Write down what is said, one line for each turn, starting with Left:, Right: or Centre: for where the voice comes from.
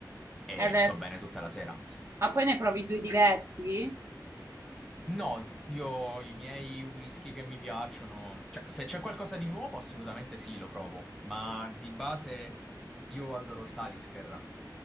Centre: e
Right: Eh beh,
Centre: sto bene tutta la sera.
Right: ma poi ne provi due diversi?
Centre: No, io i miei whisky che mi piacciono, cioè se c'è qualcosa di nuovo assolutamente sì, lo provo, ma di base io adoro il Talisker,